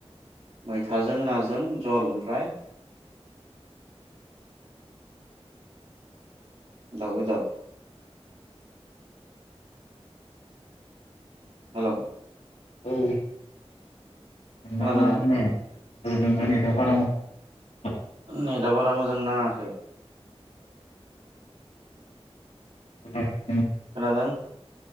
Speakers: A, on the right; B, on the left.
A: मैथाजों नाजों जल ओमफ्राय दाव बेदर हेल'
B: औ नोंना
A: खोनादोंना
B: खोनायानो <unintelligible>
A: नेटआ बारा मोजां नाङाखै
B: <unintelligible>
A: खोनादों